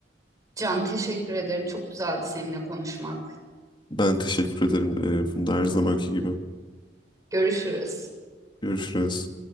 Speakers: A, on the right; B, on the left.
A: Can teşekkür ederim. Çok güzeldi seninle konuşmak.
B: Ben teşekkür ederim e, Funda her zamanki gibi.
A: Görüşürüz.
B: Görüşürüz.